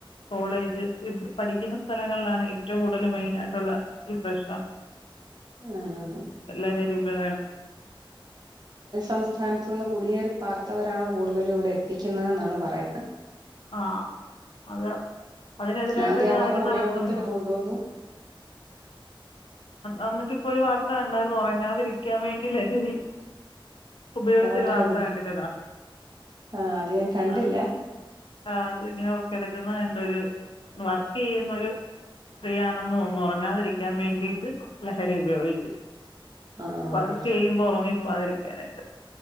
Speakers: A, on the left; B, on the right.
A: കോളേജ് ഈ പഠിക്കുന്ന സ്ഥലങ്ങളിലാണ് ഏറ്റവും കൂടുതൽ മെയിന് ആയിട്ടുള്ള ഈ പ്രശ്നം
B: ആണാണ്
A: <unintelligible>
B: സംസ്ഥാനത്ത് നിന്ന് കുടിയേറി പാർത്തവരാണ് കൂടുതലും ഇവിടെ എത്തിക്കുന്ന എന്നാണ് പറയുന്നത്.
A: ആ അത് അതിനെതിരായിട്ടൊരു
B: ആദ്യം അവരുടെ
A: കാര്യം
B: ഉപയോഗത്തിന്
A: നടത്തുന്നു.
B: കൊണ്ടുവന്നു
A: വന്നിട്ട് ഇപ്പോ ഒരു വാർത്ത കണ്ടായിരുന്നു ഉറങ്ങാതിരിക്കാൻ വേണ്ടി ലഹരി ഉപയോഗിച്ചൊരു
B: ഉറങ്ങാതിരിക്കാൻ
A: വാർത്ത കണ്ടിരിതാ
B: ആഹ് അത് ഞാൻ കണ്ടില്ല
A: ആ ആ അത് ഇങ്ങനെ കിടക്കുന്ന കണ്ടു ഒരു വർക്ക് ചെയ്യുന്നൊരു സ്ത്രീയാണെന്ന് തോന്നു ഉറങ്ങാതിരിക്കാൻ വേണ്ടി ത് ലഹരി ഉപയോഗിച്ചു
B: ആഹ്
A: വർക്ക് ചെയ്യുമ്പോ ഉറങ്ങിപ്പോതിരിക്കാനായിട്ട്.